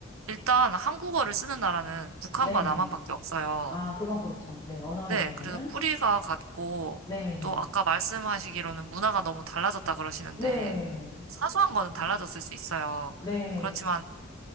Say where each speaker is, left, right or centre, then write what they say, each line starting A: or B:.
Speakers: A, on the right (about 85°); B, on the left (about 20°).
A: 일단 한국어를 쓰는 나라는 북한과
B: 네.
A: 남한밖에 없어요.
B: 아, 그건 그렇죠. 네, 언어에
A: 네.
B: 있어서는.
A: 그래서 뿌리가 같고
B: 네,
A: 또 아까 말씀하시기로는 문화가 너무 달라졌다 그러시는데
B: 네,
A: 사소한 거는 달라졌을 수 있어요.
B: 네,
A: 그렇지만